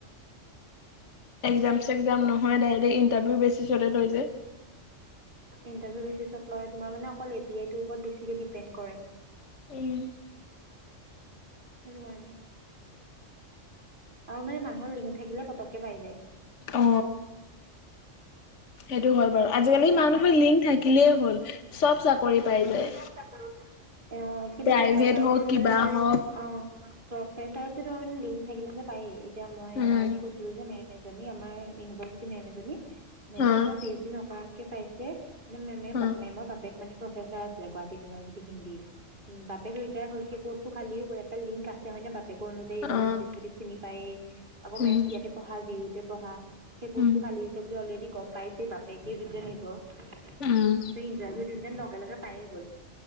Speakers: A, on the left (about 70°); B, on the right (about 40°).
A: একজাম, চেগজাম নহয় ডাইৰেক্ট তথাপিও বেছি চলে তই যে
B: ইণ্টাৰভিউ বেচিছত তোমাৰ মানে অকল এ পি আই ৰ ওপৰত বেছিকে ডিপেণ্ড কৰে।
A: এ উম
B: সেইটো কাৰণে আৰু মানে মানুহৰ লিংক থাকিলে পতককে পাই যায়।
A: অ' সেইটো হয় বাৰু আজিকালি মানুহ কিবা লিংক থাকিলেই হ'ল চব চাকৰি পাই যায়।
B: অ কিন্তু
A: প্ৰাইভেট
B: প্ৰফেচাৰত
A: হওঁক
B: যিহেতু
A: কিবা
B: মানে
A: হওঁক
B: অ প্ৰফেচাৰত যে তোমাৰ মানে লিংক থাকিলে যে পায়েই এতিয়া মই
A: উম,
B: আমাৰ যে কৈছিলো যে মেম আমাৰ ইউভাৰ্চিটি মেম জনি মেমে
A: অ',
B: তোমাৰ পি এইচ ডি নকৰাকে পাইছে মেমে
A: অ',
B: মেমৰ বাপেক মানে প্ৰফেচাৰ আছিলে গুৱাহাটী ইউনিভাৰ্চিটি হিন্দী। উম বাপেক ৰিটায়াৰ হ'ল। পস্তু খালি গ'ল, এটা লিংক আছে নে বা আকৌ অনুযায়ীক
A: অ',
B: চিনি পায়েই, আকৌ
A: উম,
B: মেম ইয়াতে পঢ়া যি ইউতে পঢ়া। সেই পস্তটো
A: উম,
B: খালী হৈছে বুলি অলৰেডি গম পাইছে বাপেকে যেতিয়া নিজৰ। ত ইণ্টাৰভিউ
A: উম,
B: দিওঁ যেন লগে লগে পায়ে গ'ল